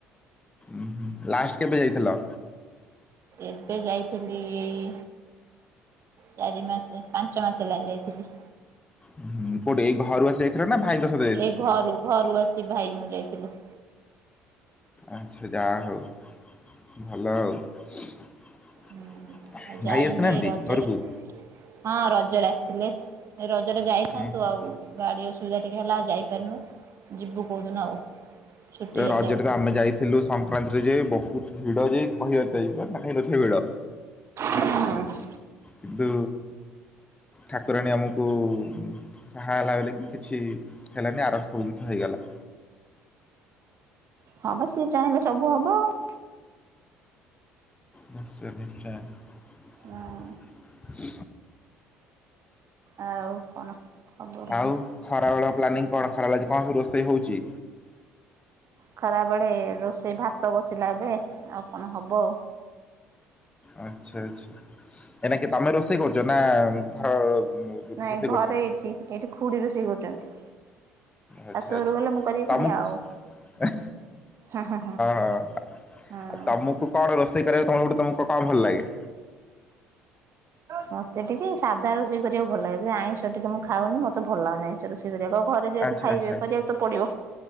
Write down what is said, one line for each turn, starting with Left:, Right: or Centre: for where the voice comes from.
Left: ଉ ହୁଁ ଲାଷ୍ଟ କେବେ ଯାଇଥିଲ?
Right: ଏବେ ଯାଇଥିଲି ଏଇ ଚାରି ମାସ ପାଞ୍ଚ ମାସ ହେଲାଣି ଯାଇଥିଲି।
Left: ହୁଁ କୋଉଠି ଏ ଘରୁ ଆସି ନା ଭାଇଙ୍କ ସ
Right: ଏଇ ଘରୁ ଘରୁ ଆସି ଭାଇ ମୁଁ ଯାଇଥିଲୁ।
Left: ଆଚ୍ଛା ଯାହା ହଉ। ଭଲ ଆଉ। ଭାଇ
Right: ହୁଁ ଆଉ ଯାଇନି
Left: ଆସିନାହାନ୍ତି
Right: ରଜରେ
Left: ଘରକୁ?
Right: ହଁ ରଜରେ ଆସିଥିଲେ ଏ ରଜରେ ଯାଇଥାନ୍ତୁ
Left: ହୁଁ ହୁଁ
Right: ଆଉ। ଗାଡ଼ି ଅସୁବିଧା ଟିକିଏ ହେଲା ଆଉ ଯାଇପାରୁନୁ ଯିବୁ କୋଉଦିନ ଆଉ। ଛୁଟି ହେଲେ
Left: ରଜରେ
Right: ଆଉ।
Left: ତ ଆମେ ଯାଇଥିଲୁ ସଂକ୍ରାନ୍ତିରେ ଯେ ବୋହୁତ୍ ଭିଡ ଯେ କହିବାର ନାହିଁ ନାହିଁ ନଥିବା ଭିଡ।
Right: ହଁ
Left: କିନ୍ତୁ ଠାକୁରାଣୀ ଆମକୁ ସାହା ହେଲା ବୋଲି କି କିଛି ହେଲାନି ଆରାମ ସେ ସବୁ ଜିନିଷ ହେଇଗଲା।
Right: ହଁ ବା ସିଏ ଚାହିଁଲେ ସବୁ ହବ ଆଉ।
Left: ନିଶ୍ଚୟ ନିଶ୍ଚୟ।
Right: ହଁ ଆଉ କଣ ଖବର?
Left: ଆଉ ଖରାବେଳ ପ୍ଲାନିଂ କଣ ଖରାବେେଳ ଆଜି କଣ ସବୁ ରୋଷେଇ ହଉଛି?
Right: ଖରାବେଳେ ରୋଷେଇ ଭାତ ବସିଲା ଏବେ ଆଉ କଣ ହେବ ଆଉ।
Left: ଆଚ୍ଛା ଆଚ୍ଛା ଏନାକିଏ ତମେ ରୋଷେଇ କରୁଛ? ନା ଘର ଉଁ ହୁଁ
Right: ନାଇଁ
Left: ରୋଷେଇ
Right: ଘରେ
Left: କରୁଛନ୍ତି।
Right: ଏଇଠି ଏଇଠି ଖୁଡି ରୋଷେଇ କରୁଛନ୍ତି।
Left: ଆଚ୍ଛା
Right: ଶାଶୁ
Left: ଆଚ୍ଛା
Right: ଘରକୁ ଗଲେ ମୁଁ କରିବି
Left: ତମୁକୁ
Right: ପୁଣି ଆଉ।
Left: ହଁ
Right: ହଁ ହଁ
Left: ହଁ ଆଉ
Right: ହଁ
Left: ତମକୁ କଣ ରୋଷେଇ କରିବାକୁ ତମକୁ ଗୋଟେ ତମକୁ କଣ ଟେ ଭଲ ଲାଗେ?
Right: ମତେ ଟିକେ ସାଧା ରୋଷେଇ କରିବାକୁ ଭଲ ଲାଗେ। ସେ ଆଇଁଷ ଟିକେ ମୁଁ ଖାଉନି ମତେ ଭଲ ଲାଗୁନାହିଁ। ଶ ରୋଷେଇ କରିବାକୁ ଆଉ ଘରେ ଯେହେତୁ
Left: ଆଚ୍ଛା
Right: ଖାଇବେ
Left: ଆଚ୍ଛା
Right: କରିବାକୁ ତ ପଡିବ